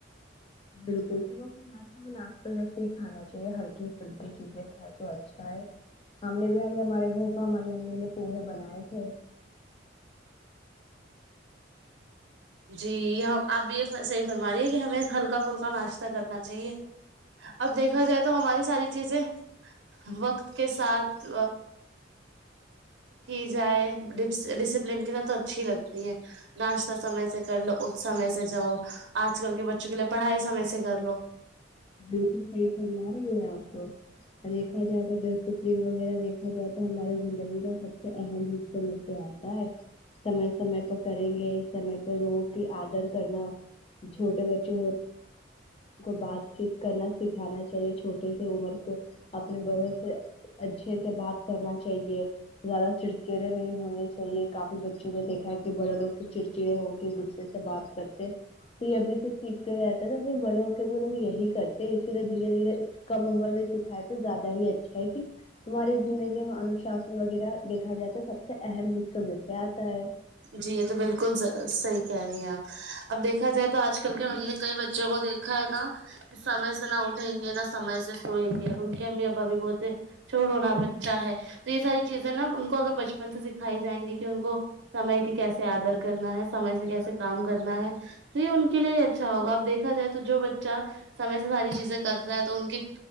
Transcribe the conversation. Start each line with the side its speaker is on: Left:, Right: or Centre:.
Left: بالکل <unintelligible> ہم ناشتہ ویسے ہی کھانا چاہیے ہلکی پھلکی چیزیں کھائے تو اچھا ہے ہم نے بھی اج ہمارے گھر کو ہماری امی نے پوہے بنائے تھے
Right: جی ہم آپ بھی یہ صحیح فرما رہیے کہ ہمیں ہلکا پھلکا ناشتہ کرنا چاہیے اب دیکھا جائے تو ہماری ساری چیزیں وقت کے ساتھ کی جائے ڈسپلین کی ساتھ تو اچھی لگتی ہے ناشتہ سمے سے کر لو اٹھ سمے سے جاؤ آج کل کے بچوں کے لیے پڑھائی سمے سے کر لو
Left: بالکل صحیح فرما رہی ہیں آپ تو دیکھا جائے تو ڈسپلین وغیرہ دیکھا جائے تو ہماری زندگی کا سب سے اہم حصہ مل کیاتا ہے سمے سمے پر کریں گے سمے پر لوگوں کی آدر کرنا چھوٹے بچے ہوتے کو بات چیت کرنا سکھانا چاہیے چھوٹی سی عمر کو اپنے بڑوں سے اچھے سے بات کرنا چاہیے زیادہ چڑچڑے نہیں ہونے چاہیے کافی بچوں کو دیکھا ہے کہ بڑے لوگ سے چڑچڑے ہو کے اچھا سے بات کرتے یہ ابھی سے سیکھتے رہتے ہیں نہ بڑے ہو کے بھی ہم یہی کرتے ہیں اسی لیے دھیرے دھیرے کم عمر میں سکھائے تو زیادہ ہی اچھا ہے کہ تمہاری زندگی میں انوشاسن وغیرہ دیکھا جاتا ہے سب سے اہم حصوں میں کیا آتا ہے
Right: جی یہ تو بالکل صحیح کہہ رہی ہیں آپ اب دیکھا جائے تو آج کل کے ہم نے کئی بچوں کو دیکھا ہے نا سمے سے نہ اٹھیں گے نہ سمے سے سوئیں گے ان کے امی ابا بھی بہتے چھوڑو نا بچہ ہے تو یہ ساری چیزیں نا ان کو اگر بچپن سے سکھائی جائیں گی کہ ان کو سمے کی کیسے آدر کرنا ہے سمے سے کیسے کام کرنا ہے تو یہ ان کے لیے ہی اچھا ہوگا اب دیکھا جائے تو جو بچہ سامے سے ساری چیزیں کرتا ہے تو ان کی